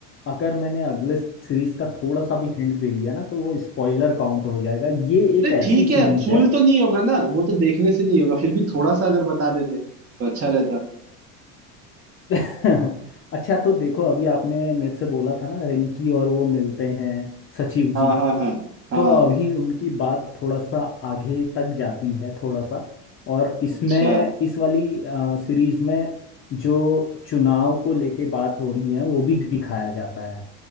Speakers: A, on the left; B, on the right.
A: अगर मैंने अगले सीरीज का थोड़ा सा भी हिंट दे लिया ना तो वो स्पॉइलर काउंट हो जाएगा ये एक
B: अरे ठीक
A: ऐसी सीरीज
B: है फुल
A: है
B: तो नहीं होगा ना वो तो देखने से नहीं होगा फिर भी थोड़ा सा अगर बता देते तो अच्छा रहता
A: <laughs> अच्छा तो देखो अभी आपने मेरे से बोला था ना रिंकी और वो मिलते हैं सचिव
B: हाँ
A: जी
B: हाँ हाँ हाँ
A: तो अभी उनकी बात थोड़ा सा आगे तक जाती है थोड़ा सा और इसमें
B: अच्छा
A: इस वाली सीरीज में जो चुनाव को लेके बात हो रही है वो भी दिखाया जाता है